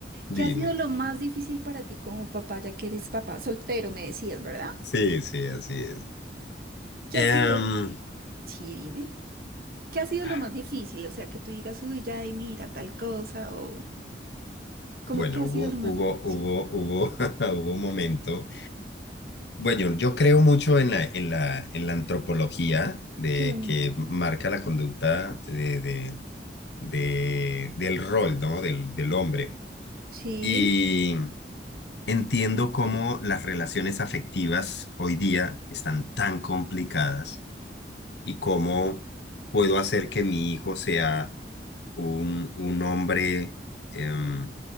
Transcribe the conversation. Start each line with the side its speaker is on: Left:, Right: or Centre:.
Left: dime.
Right: ¿Qué ha sido lo más difícil para ti como papá, ya que eres papá soltero, me decías, ¿verdad?
Left: Sí, sí, así es.
Right: ¿Qué
Left: Em,
Right: ha sido? Sí, dime. ¿Qué ha sido
Left: ah,
Right: lo más difícil? O sea, que tú digas, uy, ya, y mira, tal cosa, o como,
Left: bueno,
Right: ¿qué ha sido
Left: hubo,
Right: lo más
Left: hubo,
Right: difícil?
Left: hubo, hubo, <laughs> hubo un momento. Bueno, yo creo mucho en la, en la, en la antropología de
Right: Qué bonito.
Left: que marca la conducta de, de, de- del rol, ¿no? Del, del hombre.
Right: Sí,
Left: Y Entiendo cómo las relaciones afectivas hoy día están tan complicadas y cómo puedo hacer que mi hijo sea un, un hombre em,